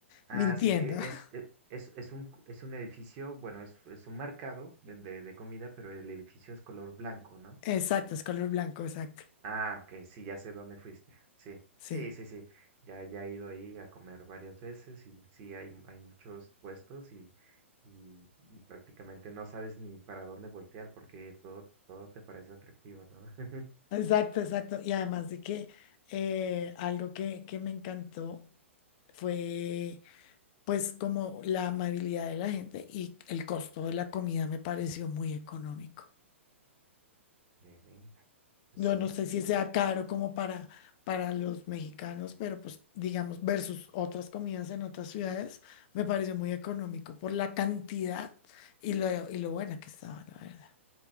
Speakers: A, on the right; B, on the left.
A: Ah,
B: mintiendo.
A: sí, e-
B: <laughs>
A: es, e- es, es un, es un edificio, bueno, es, es un mercado de, de de comida, pero el edificio es color blanco, ¿no?
B: Exacto, es color blanco, exacto.
A: Ah, que sí, ya sé dónde fuiste. Sí,
B: Sí,
A: sí, sí, sí. Ya, ya he ido ahí a comer varias veces y sí, hay, hay muchos puestos y, y, y prácticamente no sabes ni para dónde voltear porque todo, todo te parece atractivo, ¿no? <laughs>
B: exacto, exacto. Y además de que eh, algo que, que me encantó fue pues como la amabilidad de la gente y el costo de la comida me pareció muy económico.
A: Eh, pues
B: Yo
A: sí,
B: no sé
A: sí,
B: si
A: sí.
B: sea caro como para, para los mexicanos, pero pues digamos, versus otras comidas en otras ciudades, me pareció muy económico por la cantidad y lo, y lo buena que estaba, la verdad.